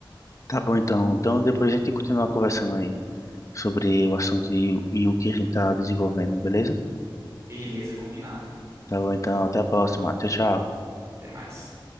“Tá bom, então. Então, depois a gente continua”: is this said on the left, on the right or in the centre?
Left